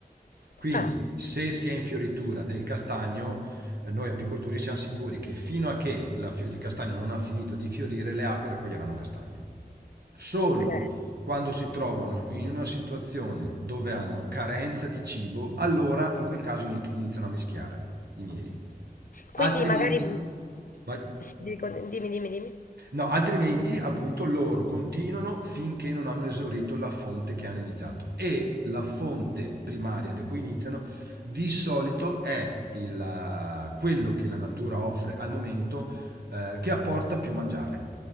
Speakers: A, on the right (about 75°); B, on the left (about 60°).
A: Quindi,
B: Ah,
A: se si è in fioritura del castagno, eh, noi apicoltori siamo sicuri che fino a che la fi- il castagno non ha finito di fiorire, le api raccoglieranno castagno. Solo
B: ok.
A: quando si trovano in una situazione dove hanno carenza di cibo, allora in quel caso ini- iniziano a mischiare i mieli.
B: Quindi
A: Altrimenti,
B: magari. mh,
A: vai-
B: sì, sì, con- dimmi, dimmi, dimmi.
A: no, altrimenti appunto loro continuano finché non hanno esaurito la fonte che hanno iniziato. E la fonte primaria da cui iniziano di solito è il, quello che la natura offre al momento eh, che apporta più mangiare,